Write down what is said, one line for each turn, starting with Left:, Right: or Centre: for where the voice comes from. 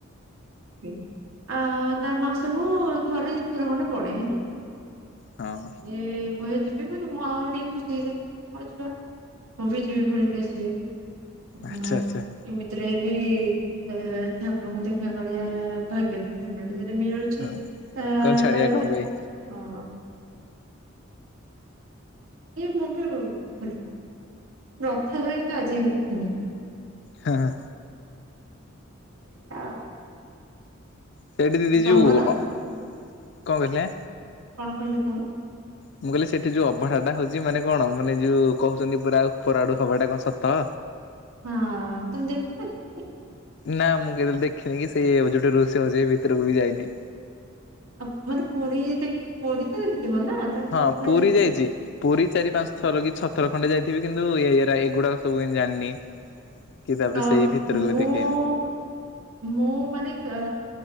Right: <inaudible> ଆ ତାର ମାସକୁ ଥରେ ଦି ଥର ଖଣ୍ଡେ ପଡେଇ ହେଲା।
Left: ହଁ
Right: ଏ କହେ ଯିବି ମାନେ ମୁଁ ଆହୁର ଟିକେ ଖୁସି ହେଇଯାଏ ହଁ ଯିବା। ମୁଁ ବି ଯିବି ବୁଲିକି ଆସିବି। ଉଁ
Left: ଆଚ୍ଛା-ଆଚ୍ଛା।
Right: ଏମିତିରେ ବି ଠାକୁରଙ୍କୁ ଦେଖା କରିଆ ଭାଗ୍ୟରେ ଥିଲେ ମିଳେ ଯଦି ମିଳୁ ଚି
Left: ହଁ
Right: ତା
Left: କଣ ଛାଡିବା
Right: ତାହେଲେ
Left: କଣ
Right: ଯିବୁ
Left: ପାଇଁ
Right: ହଁ ଏ ମୁଁ ବି ବୁଲି କୁଆ ରଥ ଧ ତ ଆଜି ଆମ ଦେିବି
Left: ହଁ-ହଁ।
Right: ସେ ଆଉ।
Left: ସେଇଠି ଦିଦି
Right: ତମର
Left: ଯିବୁ ଅ କଣ କହିଲେ?
Right: କଣ କହିଲ ତମେ?
Left: ମୁଁ କହିଲି ସେଠି ଯୋଉ ଅଭଢା ଟା ହଉଚି ମାନେ କଣ ମାନେ ଯୋଉ କହୁଚନ୍ତି ପୁରା ଉପର ଆଡୁ ହବାଟା କଣ ସତ?
Right: ହଁ ତମେ ଦେଖିନକି।
Left: ନା ମୁଁ କେବେ ଦେଖିନି କି ସେଇ ଯୋଉଟି ରୋଷେଇ ହଉଚି ସେ ଭିତରକୁ ବି ଯାଇନି।
Right: ଆଉ ମାନେ ପୁରୀ ଦେଖ ପୁରୀ ତ ଦେଖିଥିବ ନା? ତମେ
Left: ହଁ
Right: ପୁଅ ପିଲା
Left: ପୁରୀ
Right: ଯେହେତୁ।
Left: ଯାଇଚି ପୁରୀ ଚାରି ପାଞ୍ଚ ଥର କି ଛ ଥର ଖଣ୍ଡେ ଯାଇଥିବ କିନ୍ତୁ ଏ ଏଗୁଡା ସବୁ ଜାଣିନି। କି ତାପରେ
Right: ତ
Left: ସେଇ ଭିତରକୁ
Right: ମୁଁ
Left: ବି ଦେଖେ।
Right: ମୁଁ ମାନେ ଅ